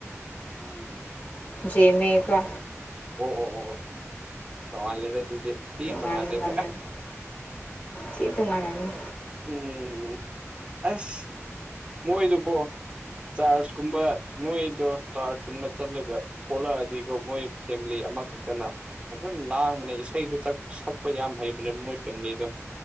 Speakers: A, on the right (about 20°); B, on the left (about 35°).
A: ꯑꯣ
B: ꯖꯦꯃꯦꯒ
A: ꯑꯣ ꯑꯣ ꯑꯣ ꯑꯣ ꯇꯣꯉꯥꯜ ꯂꯦꯗ ꯑꯗꯨꯗꯤ ꯁꯤ
B: ꯇꯣꯉꯥꯟꯂꯝꯃꯅꯤ
A: ꯇꯣꯉꯥꯜꯂꯦꯗ
B: ꯁꯤ ꯇꯣꯉꯥꯟꯂꯝꯅꯤ
A: ꯎꯝ ꯑꯁ ꯃꯣꯏꯗꯨ ꯀꯣ ꯆꯥꯔꯁ ꯀꯨꯝꯕ ꯃꯣꯏꯗꯣ ꯆꯥꯔꯖ ꯀꯨꯝꯕ ꯆꯠꯂꯒ ꯊꯣꯛꯂꯛꯑꯗꯤꯀꯣ ꯃꯣꯏ ꯐꯦꯃꯤꯂꯤ ꯑꯃꯈꯛꯇꯅ ꯐꯖꯅ ꯂꯥꯡꯕꯅꯦ ꯏꯁꯩꯗꯨꯛ ꯆꯛ ꯁꯛꯄ ꯌꯥꯝ ꯍꯩꯕꯅꯦꯕ ꯃꯣꯏ ꯐꯦꯃꯤꯂꯤꯗꯣ